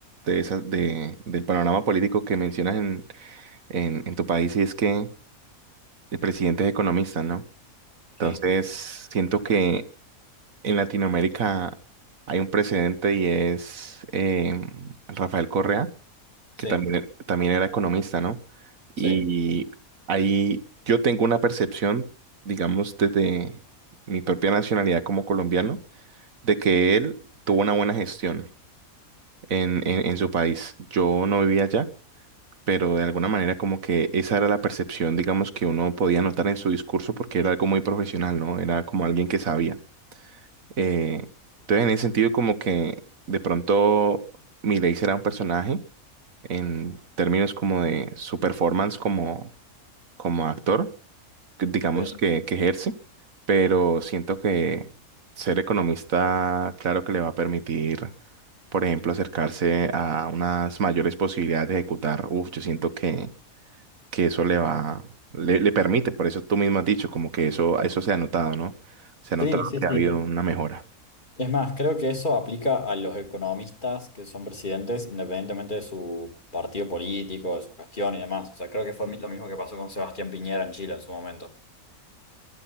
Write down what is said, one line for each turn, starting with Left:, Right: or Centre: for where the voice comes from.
Right: de esa- de- del panorama político que mencionas en, en, en tu país y es que el presidente es economista, ¿no? Entonces,
Left: sí,
Right: siento que en Latinoamérica hay un precedente y es eh, Rafael Correa,
Left: sí,
Right: que también, también era economista, ¿no? Y
Left: sí.
Right: ahí yo tengo una percepción, digamos, desde mi propia nacionalidad como colombiano, de que él tuvo una buena gestión en, en, en su país. Yo no vivía allá, pero de alguna manera como que esa era la percepción, digamos, que uno podía notar en su discurso porque era algo muy profesional, ¿no? Era como alguien que sabía. Eh, entonces, en ese sentido, como que de pronto Milei será un personaje en términos como de su performance como, como actor que- digamos,
Left: Sí.
Right: que, que ejerce, pero siento que ser economista, claro que le va a permitir, por ejemplo, acercarse a unas mayores posibilidades de ejecutar. Uf, yo siento que, que eso le va, le, le permite, por eso tú mismo has dicho, como que eso, eso se ha notado, ¿no? Se ha notado
Left: Sí, sí,
Right: que
Left: sí.
Right: ha habido una mejora.
Left: Es más, creo que eso aplica a los economistas que son presidentes independientemente de su partido político, de su gestión y demás. O sea, creo que fue mi- lo mismo que pasó con Sebastián Piñera en Chile en su momento.